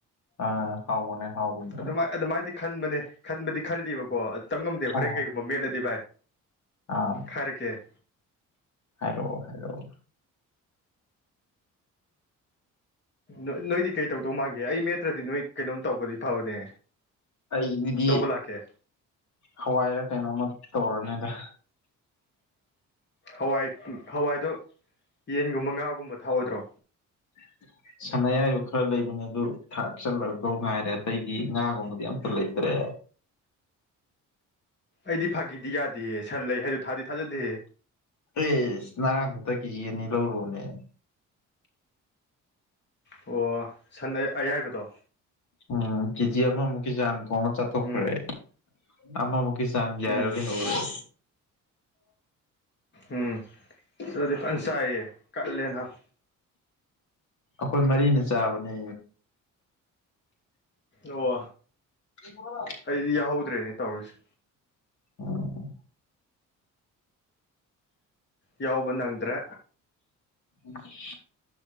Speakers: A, on the left; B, on the left.
A: ꯑ ꯍꯥꯎꯕꯅꯦ ꯍꯥꯎꯕꯅꯦ
B: ꯑꯗꯨꯃꯥꯏ ꯑꯗꯨꯃꯥꯏꯅꯗꯤ ꯈꯟꯕꯅꯦ ꯈꯟꯕꯗꯤ ꯈꯜꯂꯤꯕꯀꯣ ꯇꯝꯉꯝꯗꯦ
A: ꯑꯥ
B: ꯍꯣꯔꯦꯟ ꯀꯩꯒꯨꯝꯕ ꯃꯦꯠꯂꯗꯤ ꯚꯥꯏ
A: ꯑꯥ
B: ꯍꯥꯏꯔꯛꯀꯦ
A: ꯍꯥꯏꯔꯛꯑꯣ ꯍꯥꯏꯔꯛꯑꯣ
B: ꯅꯣꯏ ꯅꯣꯏꯗꯤ ꯀꯩ ꯇꯧꯗꯧ ꯃꯥꯟꯒꯦ ꯑꯩ ꯃꯦꯠꯇ꯭ꯔꯗꯤ ꯅꯣꯏ ꯀꯩꯅꯣꯝ ꯇꯧꯕꯗꯤ ꯐꯕꯅꯦ
A: ꯑꯩꯒꯤꯗꯤ
B: ꯂꯧꯕ ꯂꯥꯛꯀꯦ
A: ꯍꯋꯥꯏꯔ ꯀꯩꯅꯣꯃ ꯇꯧꯔꯅꯤꯗ
B: ꯍꯋꯥꯏ ꯍꯋꯥꯏꯗꯣ ꯌꯦꯟꯒꯨꯝꯕ ꯉꯥꯒꯨꯝꯕ ꯊꯥꯛꯑꯣꯏꯗ꯭ꯔꯣ
A: <unintelligible> ꯁꯟ ꯑꯌꯥꯏꯕ ꯈꯔ ꯂꯩꯕꯅꯦ ꯑꯗꯨ ꯊꯥꯛ ꯆꯜꯂꯗꯧ ꯉꯥꯏꯔꯦ ꯑꯇꯩꯗꯤ ꯉꯥꯒꯨꯝꯕꯗꯤ ꯑꯝꯇ ꯂꯩꯇ꯭ꯔꯦ
B: ꯑꯩꯗꯤ ꯐꯥꯒꯤꯗꯤ ꯌꯥꯗꯤꯌꯦ ꯁꯟ ꯂꯩ ꯍꯥꯏꯗꯣ ꯊꯥꯗꯤ ꯊꯥꯖꯗꯦ
A: ꯏꯁ ꯉꯔꯥꯡ ꯈꯛꯇ ꯀꯦꯖꯤ ꯑꯅꯤ ꯂꯧꯔꯨꯕꯅꯦ
B: ꯑꯣ ꯁꯟ ꯑ ꯑꯌꯥꯏꯕꯗꯣ
A: ꯎꯝ ꯀꯦꯖꯤ ꯑꯃꯃꯨꯛꯀꯤ ꯆꯥꯡ ꯊꯣꯡꯉ ꯆꯥꯊꯣꯛꯈ꯭ꯔꯦ
B: ꯎꯝ
A: ꯑꯃ ꯃꯨꯛꯀꯤ ꯆꯥꯡ ꯌꯥꯏꯔ
B: ꯎꯝ
A: ꯂꯩꯍꯧꯔꯦ
B: ꯎꯝ ꯆꯥꯗꯤ ꯐꯟ ꯆꯥꯏꯌꯦ ꯀꯜꯂꯦ ꯅꯥꯕ
A: ꯑꯩꯈꯣꯏ ꯃꯔꯤꯅ ꯆꯥꯕꯅꯦ
B: ꯑꯣ
A: ꯍꯣ
B: ꯁꯤꯗꯤ ꯌꯥꯎꯍꯧꯗ꯭ꯔꯦꯅꯦ ꯇꯧꯔꯤꯁꯦ
A: ꯎꯝ
B: ꯌꯥꯎꯕ ꯅꯪꯗ꯭ꯔꯦ
A: ꯎ <unintelligible>